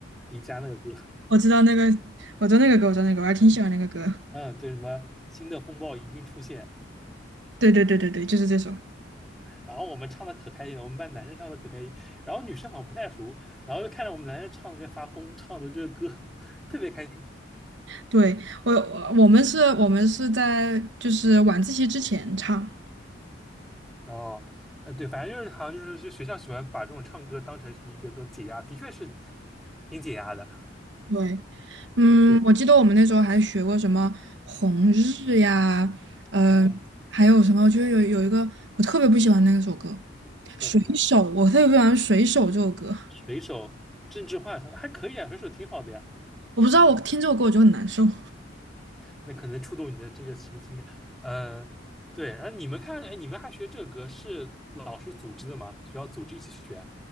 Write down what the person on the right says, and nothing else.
我知道那个，我知道那个歌，我知道那个，我还挺喜欢那个歌。
对对对对对，就是这首。
对，我我我们是，我们是在就是晚自习之前唱。
对，嗯，
我记得我们那时候还学过什么红日呀，呃，
还有什么，我觉得有有一个我特别不喜欢那首歌
《水手》，我特别不喜欢《水手》这首歌，
我不知道我听这首歌我就很难受。<laughs>